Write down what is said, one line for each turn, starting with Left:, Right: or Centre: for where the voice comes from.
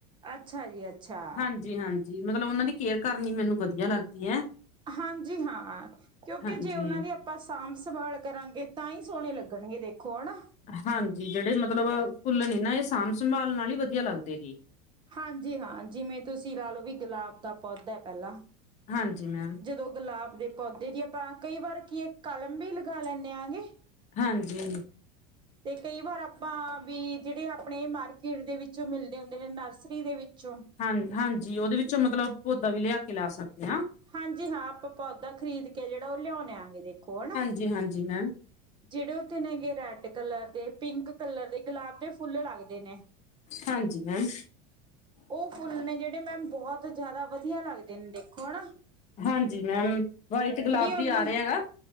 Right: ਅੱਛਾ ਜੀ ਅੱਛਾ
Left: ਹਾਂਜੀ-ਹਾਂਜੀ। ਜੇ ਮਤਲਬ ਓਨਾ ਦੀ ਕੇਅਰ ਕਾਰਨੀ ਮੈਨੂੰ ਵਦੀਆ ਲਾੱਗਦੀ ਐ।
Right: ਹਾਂਜੀ ਹਾਂ, ਕਯੋਂਕਿ
Left: ਹਾਂਜੀ
Right: ਜੇ ਓਨਾਂ ਦੀ ਅਪ ਆਪਾ ਸਾਂਮ ਸੰਭਾਲ ਕਰਾਂਗੇ ਤਾਂ ਈ ਸੋਣੇ ਲੱਗਣਗੇ ਦੇਖੋ ਹਨਾ।
Left: ਹਾਂਜੀ, ਜੇੜੇ ਮਤਲਬ ਫੁੱਲ ਨੇ ਨਾ ਏ ਸਾਂਮ ਸੰਭਾਲ ਨਾਲ ਈ ਵਦੀਆ ਲਾੱਗਦੇ ਨੇ
Right: ਹਾਂਜੀ ਹਾਂ, ਜਿਵੇਂ ਤੁਸੀਂ ਲਾਲੋ ਵੀ ਗੁਲਾਬ ਦਾ ਪੋਦਾ ਐ ਪੈਲਾ।
Left: ਹਾਂਜੀ, ਮੈਮ।
Right: ਜਦੋ ਗੁਲਾਬ ਦੇ ਪੋਦੇ ਦੀ ਆਪਾ ਕਈ ਵਾਰ ਕੀ ਏਕ ਕਲਮ ਵੀ ਲਗਾ ਲੈਨੇ ਆਂ ਗੇ।
Left: ਹਾਂਜੀ।
Right: ਤੇ ਕਈ ਵਾਰ ਆਪਾਂ ਬੀ ਜੇੜੇ ਆਪਣੇ ਮਾਰਕੀਟ ਦੇ ਵਿੱਚ ਮਿਲਦੇ ਹੁੰਦੇ ਨੇ ਨਾਰਸਰੀ ਦੇ ਵਿੱਚੋਂ
Left: ਹਾਂ ਹਾਂਜੀ, ਓਦੇ ਵਿੱਚੋਂ ਮਤਲਬ ਪੋਦਾ ਵੀ ਲੇਆ ਕੇ ਲਾ ਸਕਦੇ ਆਂ।
Right: ਹਾਂਜੀ ਹਾਂ, ਆਪਾ‌ ਪੋਦਾ ਖਰੀਦ ਕੇ ਜੇੜਾ ਓ ਲੇਯੋਲਾਂਗੇ ਦੇਖੋ ਹਨਾ।
Left: ਜੀ ਹਾਂਜੀ, ਮੈਮ
Right: ਜੇੜੇ ਓਥੇ ਨੇਗੇ ਰੈਡ ਕਲਰ ਦੇ, ਪਿੰਕ ਕਲਰ ਦੇ, ਗਲਾਬ ਦੇ ਫੁੱਲ ਲਾੱਗਦੇ ਨੇ।
Left: ਹਾਂਜੀ ਮੈਮ
Right: ਓ ਫੁੱਲ ਨੇ ਜੇੜੇ ਮੈ ਬੋਹਤ ਜਾਦਾ ਵਦੀਆ ਲਾੱਗਦੇ ਨੇ ਦੇਖੋ ਹਣਾ।
Left: ਹਾਂਜੀ ਮੈਮ, ਵਾਈਟ ਗਲਾਬੀ
Right: ਉਹਨਾਂ
Left: ਆ ਰੇਆ ਨਾ।